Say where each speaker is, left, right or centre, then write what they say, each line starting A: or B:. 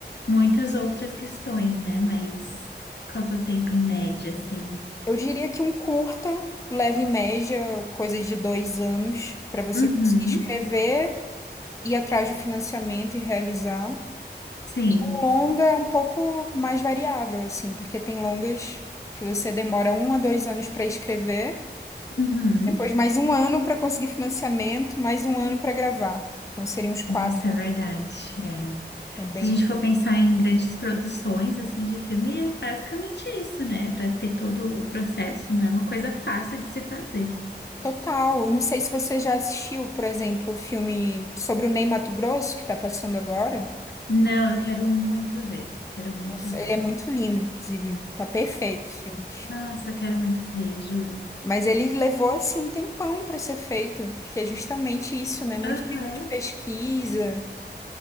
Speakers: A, on the left; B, on the left.
A: muitas outras questões,
B: assim.
A: né? Mas qual que é o tempo em média, assim?
B: Eu diria que um curta, leve e média, coisa de dois anos, para você
A: Uhum,
B: conseguir escrever, ir atrás do financiamento e realizar.
A: sim.
B: O longa é um pouco mais variável, assim, porque tem longas que você demora um a dois anos para escrever,
A: Uhum.
B: depois mais um ano para conseguir financiamento, mais um ano para gravar. Então seriam uns quatro.
A: Nossa, é verdade. É.
B: É bem.
A: Se a gente for pensar em grandes produções, assim, de filme, é basicamente isso, né? Para ter todo o processo, não é uma coisa fácil de se fazer.
B: Total. Eu Não sei se você já assistiu, por exemplo, o filme sobre o Ney Matogrosso, que tá passando agora.
A: Não, eu quero muito ver. Quero muito
B: Nossa,
A: ver.
B: ele é muito lindo, inclusive. Tá perfeito o filme.
A: Nossa, eu quero muito ver, juro.
B: Mas ele levou, assim, um tempão para ser feito, porque é justamente isso, né? Muito
A: Aham.
B: tempo de pesquisa